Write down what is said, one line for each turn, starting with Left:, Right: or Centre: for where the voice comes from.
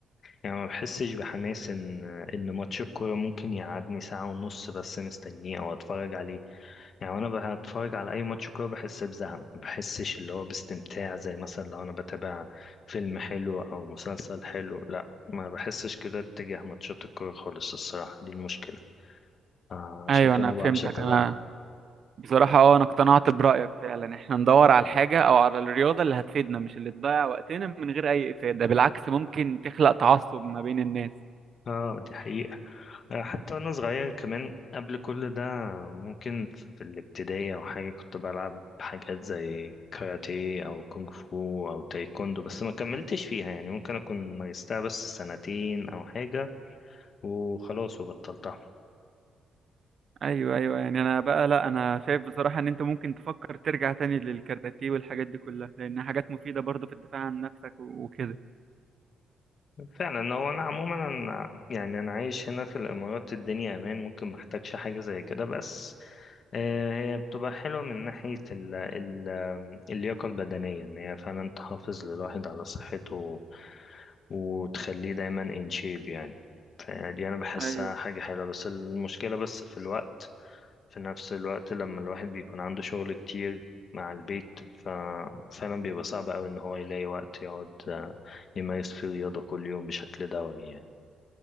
Left: يعني ما بحسش بحماس ان ان ماتش الكوره ممكن يقعدني ساعه ونص بس مستنيه او اتفرج عليه يعني وانا بتفرج على اي ماتش كوره بحس بزهق ما بحسش اللي هو باستمتاع زي مثلا لو انا بتابع فيلم حلو او مسلسل حلو لا ما بحسش كده اتجاه ماتشات الكوره خالص الصراحه دي المشكله آه، عشان
Right: ايوه
Left: كده
Right: انا فهمتك
Left: ما بعرفش اتابعها
Right: انا بصراحة اه انا اقتنعت برأيك فعلا احنا ندور على الحاجة او على الرياضة اللي هتفيدنا مش اللي تضيع وقتنا من غير اي افادة بالعكس ممكن تخلق تعصب ما بين الناس
Left: اه دي حقيقة آه، حتى وانا صغير كمان قبل كل ده ممكن في الابتدائي او حاجه كنت بلعب حاجات زي كاراتيه او كونغ فو او تايكوندو بس ما كملتش فيها يعني ممكن اكون مارستها بس سنتين او حاجه وخلاص وبطلتها
Right: ايوه ايوه يعني انا بقى لا انا شايف بصراحة ان انت ممكن تفكر ترجع تاني للكاراتيه والحاجات دي كلها لانها حاجات مفيدة برضه في الدفاع عن نفسك و- وكده
Left: فعلا هو انا عموما أنا يعني انا عايش هنا في الامارات الدنيا امان ممكن ما احتاجش حاجه زي كده بس آه، هي بتبقى حلوه من ناحيه ال ال اللياقه البدنيه ان هي فعلا تحافظ للواحد على صحته وتخليه دايما ان شيب يعني فدي انا بحسها
Right: ايوه
Left: حاجه حلوه بس المشكله بس في الوقت في نفس الوقت لما الواحد بيكون عنده شغل كتير مع البيت ففعلا بيبقى صعب أوي إن هو يلاقي وقت يقعد آه، يمارس فيه رياضة كل يوم بشكل دوري يعني